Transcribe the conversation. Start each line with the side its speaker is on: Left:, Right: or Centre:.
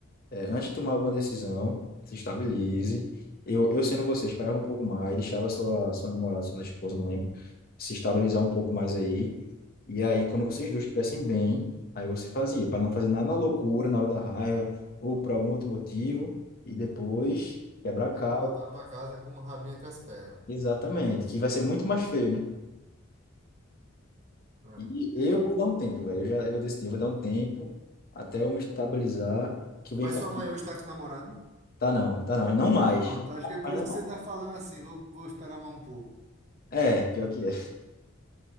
Left: É, antes de tomar alguma decisão, se estabilize. Eu, eu sendo você, esperava um pouco mais, deixava sua, sua namorada, sua esposa, não lembro, se estabilizar um pouco mais aí. E aí, quando vocês dois estivessem bem, aí você fazia, para não fazer nada na loucura, na hora da raiva, ou por algum outro motivo, e depois quebrar a
Right: Tem
Left: cara.
Right: que voltar para casa com o rabinho entre as pernas.
Left: Exatamente, que vai ser muito mais feio, né?
Right: É,
Left: E eu
Right: exato.
Left: vou dar um tempo, velho. Eu já eu decidi, eu vou dar um tempo até eu me estabilizar, que eu
Right: Mas
Left: venho falar,
Right: sua mãe hoje está com o namorado?
Left: tá não, tá não, e não mais,
Right: Pronto, acho que é por
Left: mas
Right: isso
Left: não
Right: que
Left: mais.
Right: você está falando assim, vou, vou esperar mais um pouco.
Left: É, pior que é.